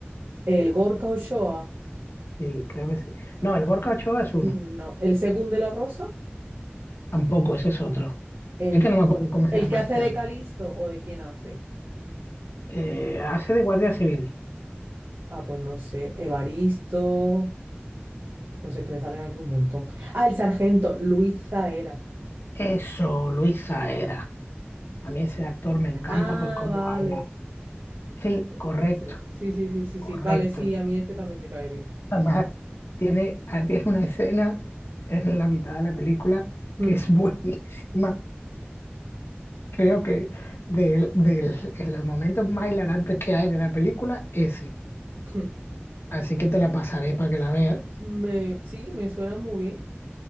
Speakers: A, on the right (about 60°); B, on the left (about 70°).
A: El Gorka Ochoa.
B: sí, creo que sí. No, el Gorka Ochoa es uno,
A: No. El segundo de la Rosa.
B: tampoco, ese es otro.
A: El,
B: Es que no me acuerdo cómo se
A: el
B: llama
A: que hace
B: este
A: de
B: hombre.
A: Calisto o de quién hace.
B: Eh, hace de guardia civil.
A: Ah, pues no sé. Evaristo. No sé, que me salen aquí un montón. Ah, el sargento, Luis Zaera.
B: Eso, Luis Saera. A mí ese actor me encanta
A: Ah,
B: por cómo
A: vale.
B: habla. Sí,
A: Espérate,
B: correcto,
A: Ese. Sí, sí, sí, sí,
B: correcto.
A: sí. Vale, sí, a mí este también me cae bien.
B: Además, tiene, ah, tiene una escena en la mitad de la película
A: Mm.
B: que es <laughs> buenísima. Creo que del, del, en los momentos más hilarantes que hay de la película, ese.
A: <laughs>
B: así que te la pasaré para que la veas.
A: <clears throat> Me, sí, me suena muy bien.